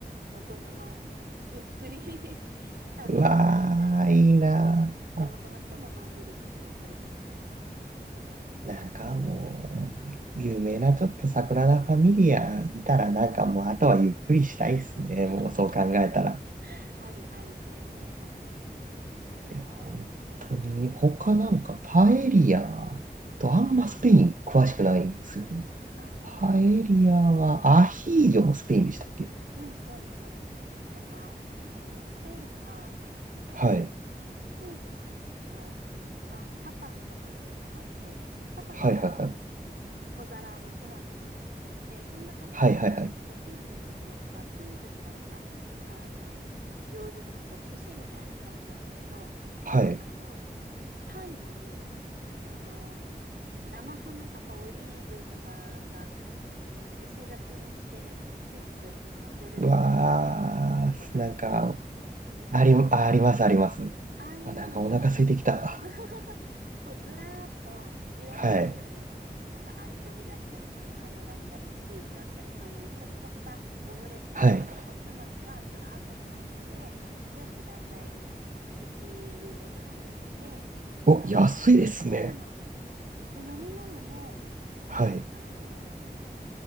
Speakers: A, on the right; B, on the right.
A: 大人のゆっくり <laughs> 旅にぴったりというか、
B: うわあ、いいなあ。
A: 地元の人ものんびりそこで過ごすみたいなところなんで、
B: なんかもう、有名なちょっと桜田ファミリア見たらなんかもうあとはゆっくりしたいっすね。
A: <laughs>
B: もうそう考えたら。
A: ありあり、全然あり。で、
B: で、本当に他なんかパエリアとあんまスペイン詳しくないんですよね。
A: うん。あ、
B: パエリアはアヒージョもスペインでしたっけ
A: そうなんですね。うん、そうです、そうです。なんか、あの、スペインは、あの、
B: はい。
A: ピンチョスの、とか、タパスとかの文化があって、タパスはなんか、
B: はいはいはい。
A: 小皿、おつまみみたいな感じで、その中でも、
B: はいはいはい。
A: こう、ピンチョスっていうのが、ピンチョスがなんか、あの、用事とか、こう、串みたいな感じなんですけど、
B: はい。
A: あの、パンに、その、生ハムとかオリーブとかが、を串刺しにして、こうチーズと一緒に乗せるみたいな、
B: うわー、
A: 見たことありません
B: なんか、あり、ありますあります。
A: ああいうのが、
B: あ、なんかお腹空いてきた。
A: <laughs> こうずらーっといろんな種類、
B: はい。
A: なんかアンチョビだったり生ハムだったりチーズだったりそういうちょっとしたオムレツとかお、
B: はい。
A: おつまみがずらーって並んでて、全部だいたい1ユーロぐらいで、
B: お、
A: あの、
B: 安いですね。
A: そうなんですよ。で、飲み物も、なんか、
B: はい。
A: あの、